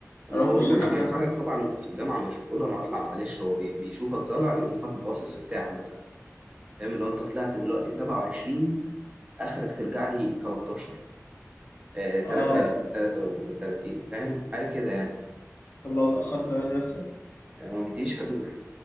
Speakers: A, on the right (about 20°); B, on the left (about 45°).
A: ما
B: اروح
A: بقولوش
B: اخش الحمام
A: ما ينفعش طبعا انت في الجامعه مش بتقول له انا هطلع معلش هو بي- بيشوفك طالع بيقوم حاطط باصص في الساعه مثلا فاهم لو انت طلعت دلوقتي 27 اخرك ترجع لي 13 آه 3
B: اه
A: 33 فاهم حاجه كده يعني
B: طب لو اتاخرت ايه اللي يحصل
A: آه، ما بيديش حضور